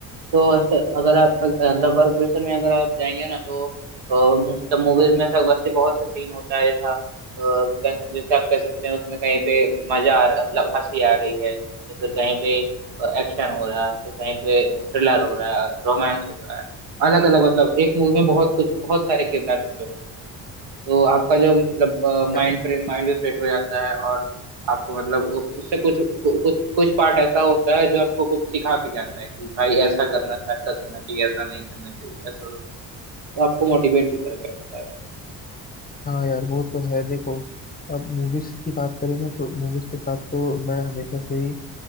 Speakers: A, on the right; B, on the left.
A: तो ऐसे अगर आप अ, मतलब वर्क प्रेशर में अगर आप जाएंगे ना तो द मूवीज में ऐसा वैसे बहुत से सीन होता है जैसा अ, कह- जैसे आप कह सकते हैं उसमें कहीं पे मजा आ रहा मतलब हंसी आ रही है या फिर कहीं पे एक्शन हो रहा है फिर कहीं पे थ्रिलर हो रहा है रोमांस हो रहा है अलग अलग मतलब एक मूवी में बहुत कुछ बहुत सारे किरदार छुपे होते हैं तो आपका जो मतलब माइंड
B: यार
A: माइंड भी फ्रेश हो जाता है और आपको मतलब उ- उससे कुछ कु- कुछ कुछ पार्ट ऐसा होता है जो आपको कुछ सिखा के जाता है कि भाई ऐसा करना ऐसा करना चाहिए ऐसा नहीं करना चाहिए ऐसा तो आपको मोटिवेट भी करके रखता है वो।
B: हाँ यार वो तो है देखो अब मूवीज की बात करें ना तो मूवीज के साथ तो मैं हमेशा से ही